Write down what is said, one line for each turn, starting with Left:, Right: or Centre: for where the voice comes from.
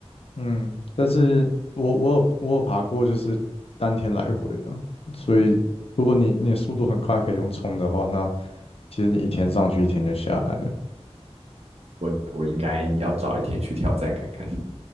Left: 嗯，但是我我有我有爬过，就是当天来回的，所以如果你你的速度很快，可以用冲的话，那其实你一天上去，一天就下来了。
Right: 我我应该要早一点去挑战看看。